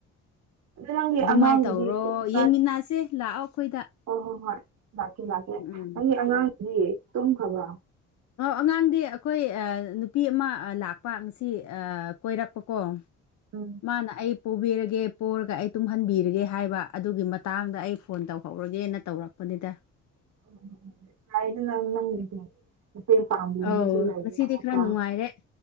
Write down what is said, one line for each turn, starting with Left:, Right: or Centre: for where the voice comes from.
Right: ꯑꯗꯣ ꯅꯪꯒꯤ
Left: ꯑꯗꯨꯃꯥꯏꯅ
Right: ꯑꯉꯥꯡꯗꯨꯗꯤ
Left: ꯇꯧꯔꯣ
Right: ꯀꯥꯏ?
Left: ꯌꯦꯡꯃꯤꯟꯅꯁꯦ ꯂꯥꯛꯑꯣ ꯑꯩꯈꯣꯏꯗ
Right: ꯍꯣꯏ ꯍꯣꯣ ꯍꯣꯏ ꯂꯥꯛꯀꯦ ꯂꯥꯛꯀꯦ
Left: ꯎꯝ
Right: ꯅꯪꯒꯤ ꯑꯉꯥꯡꯗꯤ ꯇꯨꯝꯈ꯭ꯔꯥꯕ
Left: ꯑꯉꯥꯡꯗꯤ ꯑꯩꯈꯣꯏ ꯅꯨꯄꯤ ꯑꯃ ꯂꯥꯛꯄ ꯉꯁꯤ ꯀꯣꯏꯔꯛꯄꯀꯣ
Right: ꯎꯝ
Left: ꯃꯥꯅ ꯑꯩ ꯄꯨꯕꯤꯔꯒꯦ ꯄꯣꯔꯒ ꯑꯩ ꯇꯨꯝꯍꯟꯕꯤꯔꯒꯦ ꯍꯥꯏꯕ ꯑꯗꯨꯒꯤ ꯃꯇꯥꯡꯗ ꯑꯩ ꯐꯣꯟ ꯇꯧꯍꯧꯔꯒꯦꯅ ꯇꯧꯔꯛꯄꯅꯤꯗ
Right: <unintelligible> <unintelligible>
Left: ꯑꯥꯎ
Right: ꯂꯩꯔꯦ
Left: ꯉꯁꯤꯗꯤ
Right: ꯑꯃꯨꯛꯀ
Left: ꯈꯔ ꯅꯨꯡꯉꯥꯏꯔꯦ
Right: ꯍꯣꯏ